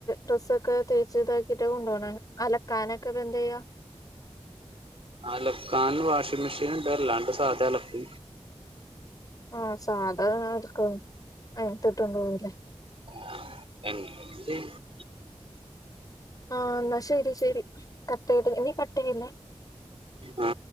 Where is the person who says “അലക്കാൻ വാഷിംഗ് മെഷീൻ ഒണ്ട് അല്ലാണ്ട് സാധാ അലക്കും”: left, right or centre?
Right